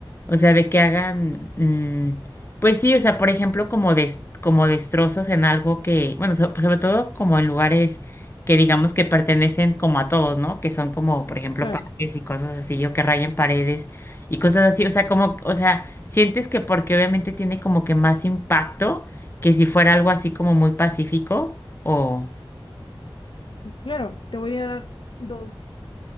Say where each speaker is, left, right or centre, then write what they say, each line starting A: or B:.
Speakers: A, on the left; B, on the left.
A: O sea, de que hagan, mm, pues sí, o sea, por ejemplo, como des- como destrozos en algo que, bueno, so- sobre todo como en lugares que digamos que pertenecen como a todos, ¿no? Que son como, por ejemplo,
B: Claro,
A: parques y cosas así, o que rayen paredes y cosas así. O sea, como, o sea, sientes que porque obviamente tiene como que más impacto que si fuera algo así como muy pacífico o...
B: claro, te voy a dar dos,